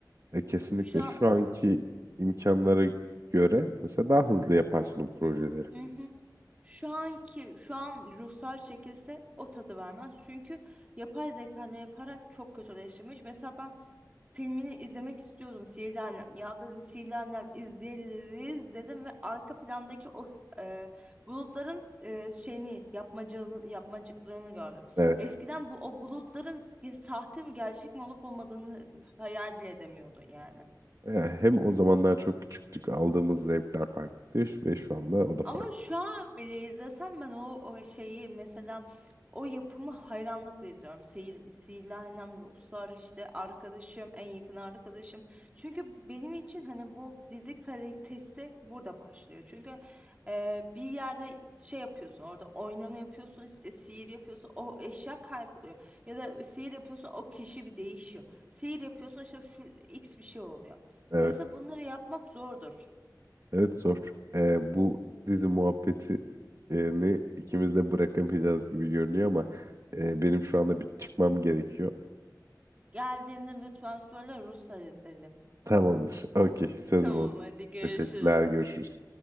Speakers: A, on the right (about 50°); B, on the right (about 20°).
A: E, kesinlikle
B: Şu an
A: şu anki imkanlara göre mesela daha hızlı yaparsın o projeleri.
B: Hı hı. Şu anki şu an ruhsar çekilse o tadı vermez. Çünkü yapay zeka ile yaparak çok kötüleştirmiş. Mesela ben filmini izlemek istiyordum Sihirli Annem. Ya dedim Sihirli Annem izleriz dedim ve arka plandaki o e, bulutların e, şeyini yapmacığını, yapmacıklığını gördüm.
A: Evet.
B: Eskiden bu o bulutların ya sahte mi gerçek mi olup olmadığını hayal bile edemiyordun yani.
A: E, hem o zamanlar çok küçüktük, aldığımız zevkler farklıydı ve şu anda o da farklı.
B: Ama şu an bile izlesem ben o, o şeyi mesela o yapımı hayranlıkla izliyorum. Seyir, Sihirli Annem, Ruhsar işte arkadaşım, en yakın arkadaşım. Çünkü benim için hani bu dizi kalitesi burada başlıyor. Çünkü e, bir yerde şey yapıyorsun orada oynama yapıyorsun işte sihir yapıyorsun o eşya kayboluyor. Ya da sihir yapıyorsun o kişi bir değişiyor. Sihir yapıyorsun işte şu X bir şey oluyor.
A: Evet.
B: Mesela bunları yapmak zordur.
A: Evet zor. Ee, bu dizi muhabbeti e, ne ikimiz de bırakamayacağız gibi görünüyor ama e, benim şu anda bir çıkmam gerekiyor.
B: Geldiğinde lütfen söyle Ruslar izledim.
A: Tamamdır. Okey, sözüm
B: <laughs> Tamam
A: olsun.
B: hadi görüşürüz.
A: Teşekkürler, görüşürüz.